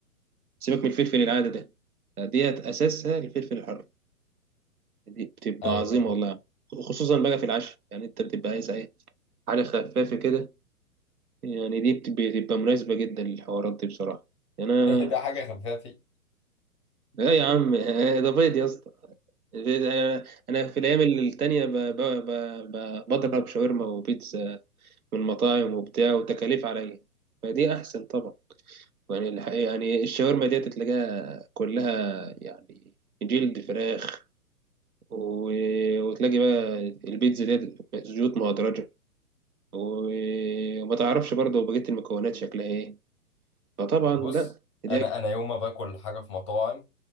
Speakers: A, on the right (about 75°); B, on the left (about 20°).
A: سيبك من الفلفل العادي ده ديت اساسها الفلفل الحر دي بتبقى
B: ايوه
A: عظيمه
B: <laughs>
A: والله خصوصا بقى في العشاء يعني انت بتبقى عايز ايه حاجه خفافه كده يعني دي بت- بتبقى مناسبه جدا للحوارات دي بصراحه انا
B: ده حاجة خفافي
A: لا يا عم <laughs> ده بيض يا اسطى انا انا في الايام التانية ب... ب... ب... ب... بضرب شاورما وبيتزا من مطاعم وبتاع وتكاليف عليا فدي احسن طبعا يعني الحقيقة يعني الشاورما ديت تلاقيها كلها يعني جلد فراخ و... وتلاقي بقى البيتزا ديت زيوت مهدرجة و... وما تعرفش برضه بقية المكونات شكلها ايه فطبعا
B: بص
A: لا دي
B: انا انا يوم ما باكل حاجة في مطاعم